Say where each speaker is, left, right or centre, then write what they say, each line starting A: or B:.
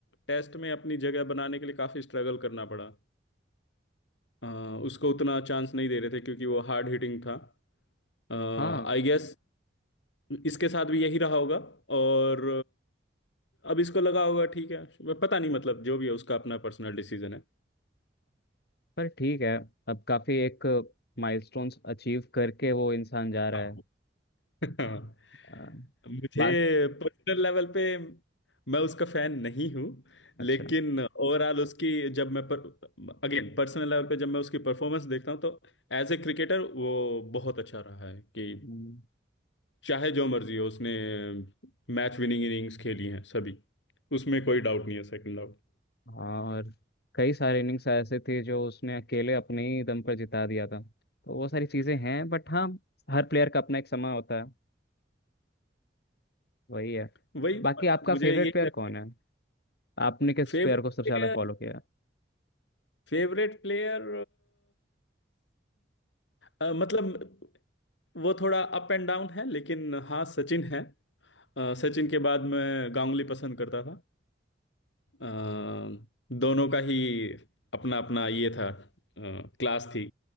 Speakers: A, on the left (about 80°); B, on the left (about 60°).
A: टेस्ट में अपनी जगह बनाने के लिए काफी स्ट्रगल करना पड़ा आ, उसको उतना चांस नहीं दे रहे थे क्योंकि वो हार्ड हिटिंग था आई
B: हाँ
A: गेस इसके साथ भी यही रहा होगा और अब इसको लगा होगा ठीक है पता नहीं मतलब जो भी है उसका अपना पर्सनल डिसीजन है
B: पर ठीक है अब काफी एक माइलस्टोन्स अचीव करके वो इंसान जा रहा
A: हाँ
B: है
A: <laughs> हाँ।
B: आ,
A: मुझे
B: बात
A: पर्सनल लेवल पे मैं उसका फैन नहीं हूँ
B: अच्छा
A: लेकिन ओवरऑल उसकी जब मैं पर, अगेन पर्सनल लेवल पे जब मैं उसकी परफॉर्मेंस देखता हूँ तो एज ए क्रिकेटर वो बहुत अच्छा रहा है कि
B: हम्म,
A: चाहे जो मर्जी हो उसने मैच विनिंग इनिंग्स खेली हैं सभी उसमें कोई डाउट नहीं है सेकंड डाउट
B: और कई सारे इनिंग्स ऐसे थे जो उसने अकेले अपने ही दम पर जिता दिया था तो वो सारी चीजें हैं बट हाँ हर प्लेयर का अपना एक समय होता है वही है
A: वही मतलब
B: बाकी आपका
A: मुझे
B: फेवरेट
A: यही
B: प्लेयर
A: लगता
B: कौन
A: है
B: है आपने किस
A: फेवरेट
B: प्लेयर को सबसे
A: प्लेयर
B: ज्यादा फॉलो किया है
A: फेवरेट प्लेयर मतलब वो थोड़ा अप एंड डाउन है लेकिन हाँ सचिन है अ, सचिन के बाद मैं गांगुली पसंद करता था अ, दोनों का ही अपना अपना ये था अ, क्लास थी